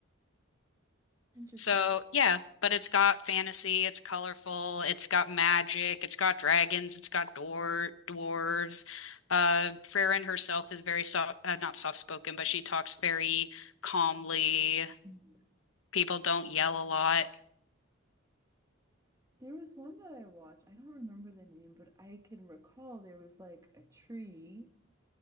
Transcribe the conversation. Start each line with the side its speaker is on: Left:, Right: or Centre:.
Right: Interesting.
Left: So, yeah, but it's got fantasy, it's colorful, it's got magic, it's got dragons, it's got dwar dwarves. Uh, Farron herself is very soft, uh, not soft-spoken, but she talks very calmly.
Right: Mhm.
Left: People don't yell a lot.
Right: There was one that I watched. I don't remember the name, but I can recall there was like a tree.